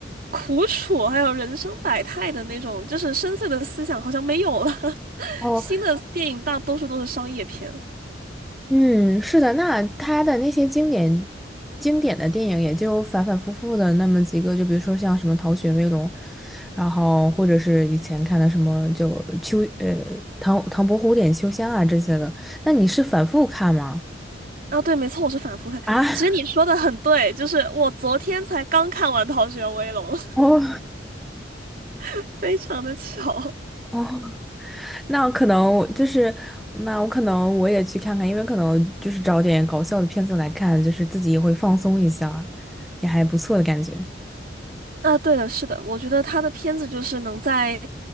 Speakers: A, on the right; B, in the centre.
A: 苦楚，还有人生百态的那种，就是深邃的思想好像没有了。<laughs>
B: 哦，
A: 新的电影大多数都是商业片。
B: 嗯，是的，那他的那些经典经典的电影也就反反复复的那么几个，就比如说像什么《逃学威龙》，然后或者是以前看的什么就秋呃唐唐伯虎点秋香啊这些的，那你是反复看吗？
A: 啊，对，没错，我是反复看。
B: 啊，<laughs>
A: 其实你说的很对，就是我昨天才刚看完《逃学威龙》，
B: 哦，
A: <laughs> 非常的巧。
B: 哦，那可能就是那我可能我也去看看，因为可能就是找点搞笑的片子来看，就是自己也会放松一下，也还不错的感觉。
A: 啊，对的，是的，我觉得他的片子就是能在